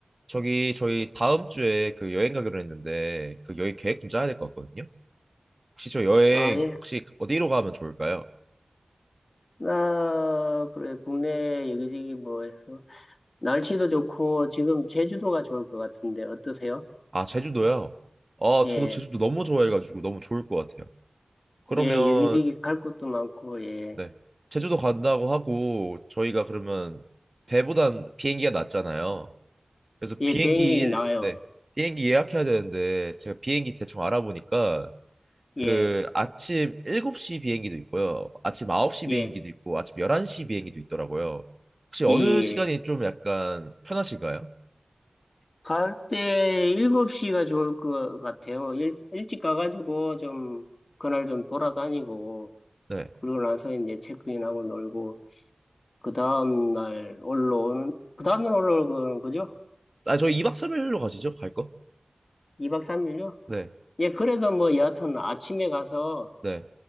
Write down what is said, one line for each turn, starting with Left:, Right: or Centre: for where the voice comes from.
Right: 저기 저희 다음 주에 그 여행 가기로 했는데 그 여행 계획 좀 짜야 될 것 같거든요. 혹시 저 여행
Left: 아, 예.
Right: 혹시 어디로 가면 좋을까요?
Left: 아, 그래. 국내 여기저기 뭐 해서. 날씨도 좋고, 지금 제주도가 좋을 것 같은데, 어떠세요?
Right: 아, 제주도요. 아,
Left: 예.
Right: 저도 제주도 너무 좋아해가지고 너무 좋을 것 같아요. 그러면
Left: 예, 여기저기 갈 곳도 많고, 예.
Right: 네, 제주도 간다고 하고 저희가 그러면 배보단 비행기가 낫잖아요. 그래서
Left: 예,
Right: 비행기
Left: 비행기 나와요.
Right: 네, 비행기 예약해야 되는데 제가 비행기 대충 알아보니까 그
Left: 예.
Right: 아침 7시 비행기도 있고요. 아침 9시
Left: 예.
Right: 비행기도 있고 아침 11시 비행기도 있더라고요. 혹시 어느
Left: 예, 예,
Right: 시간이
Left: 예.
Right: 좀 약간 편하실까요?
Left: 갈 때 7시가 좋을 것 같아요. 일, 일찍 가가지고 좀, 그날 좀 돌아다니고,
Right: 네.
Left: 그러고 나서 이제 체크인하고 놀고, 그 다음날 올라오는, 그 다음날 올라오는 거죠?
Right: 아, 저희 2박 3일로 가시죠? 갈 거?
Left: 2박 3일요?
Right: 네.
Left: 예, 그래도 뭐 여하튼 아침에 가서
Right: 네.